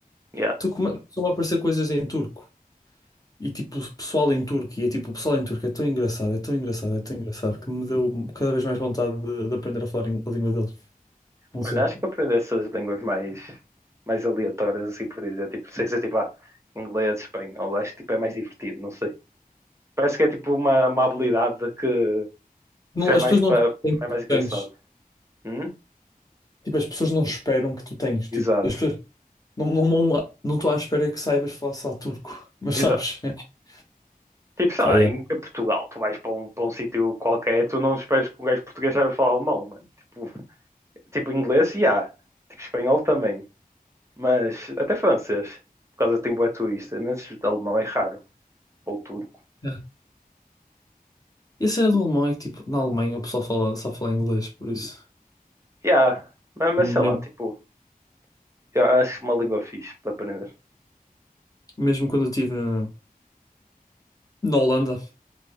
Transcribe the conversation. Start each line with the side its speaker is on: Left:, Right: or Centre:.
Right: Yeah.
Left: Então come- começam a aparecer coisas em turco e tipo o pessoal em turco e é tipo o pessoal em turco é tão engraçado, é tão engraçado, é tão engraçado que me deu cada vez mais vontade de, de aprender a falar em- a língua deles. Não
Right: Mano,
Left: sei.
Right: acho que aprender essas línguas mais, mais aleatórias, assim por dizer, tipo, sei se é tipo, ah, inglês, espanhol, acho que tipo, é mais divertido, não sei. Parece que é tipo uma, uma habilidade que,
Left: Não,
Right: que se é
Left: as
Right: mais
Left: pessoas
Right: para,
Left: não têm que
Right: é mais
Left: tu
Right: engraçado.
Left: tens.
Right: Hum?
Left: Tipo, as pessoas não esperam que tu tens.
Right: Exato,
Left: Tipo, as pessoas não não não não estou à espera que saibas falar só turco, mas
Right: exato.
Left: sabes? <laughs>
Right: Tipo, sei
Left: Pá,
Right: lá,
Left: yeah.
Right: em, em Portugal, tu vais para um, para um sítio qualquer, tu não esperas que um gajo português saiba falar alemão, mano. Tipo, tipo inglês, e há. Tipo, espanhol também. Mas até francês, por causa de tem bué turista, mas alemão é raro. Ou turco.
Left: Yeah. E a cena do alemão é que, tipo, na Alemanha o pessoal fala, só fala inglês, por isso.
Right: E há. Mas, mas
Left: Mesmo
Right: sei lá, tipo. Eu acho uma língua fixe para aprender.
Left: mesmo quando eu estive na, na Holanda,